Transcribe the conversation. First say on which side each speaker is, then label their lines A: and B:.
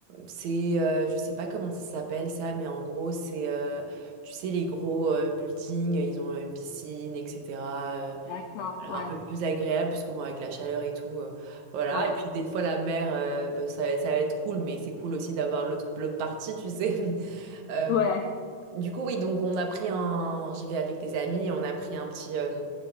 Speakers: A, on the right; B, on the left.
A: c'est, euh, je sais pas comment ça s'appelle ça, mais en gros, c'est, euh, tu sais, les gros euh, buildings, ils ont une piscine, etc. euh,
B: D'accord,
A: voilà,
B: ouais,
A: un peu plus agréable, puisque bon, avec la chaleur et tout, euh, voilà.
B: ouais,
A: Et puis des fois, la mer, euh, bah, ça, ça va être cool, mais c'est cool aussi d'avoir l'autre l'autre partie, tu sais. <laughs> Euh,
B: ouais.
A: du coup, oui, donc on a pris un... J'y vais avec des amis, on a pris un petit... euh,